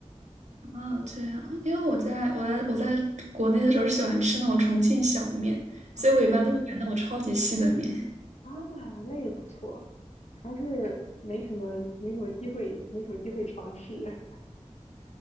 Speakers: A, on the right; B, on the left.
A: 啊，这样，因为我在我在我在国内的时候是喜欢吃那种重庆小面，
B: 啊
A: 所以我一般都会买那种超级细的面。
B: 啊，那也不错，主要是没什么没什么机会，没什么机会尝试。<laughs>